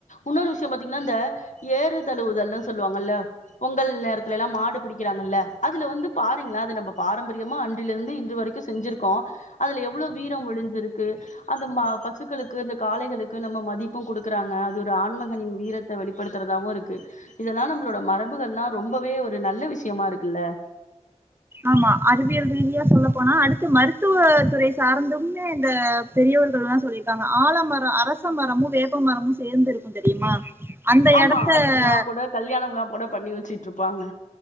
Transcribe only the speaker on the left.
உன்னொரு விஷயோ பாத்தீங்கனா இந்த ஏறு தழுவுதல்னு சொல்லுவாங்கல உங் கல் நேரத்திலல்லா மாடு பிடிக்கிறாங்கல்ல அதுல வந்து ரிங்களா அது நம்ம பாரம்பரியமா அன்றிலிருந்து இன்று வரைக்கு செஞ்சிருக்கோ அதுல எவ்ளோ வீரோ ஒழிஞ்சிருக்கு அந்த மா பசுக்களுக்கு அந்த காளைகளுக்கு நம்ம மதிப்பு குடுக்குறாங்க அது ஒரு ஆண்மகனின் வீரத்த வெளிப்படுத்தறதாவு இருக்கு இதெல்லா நம்மளோட மரபுகல்லா ரொம்பவே ஒரு ஒரு நல்ல விஷயமா இருக்குல்ல
ஆமா
அதுக்கெல்லா கூட கல்யாணமிலா கூட பண்ணி வச்சுட்ருப்பாங்க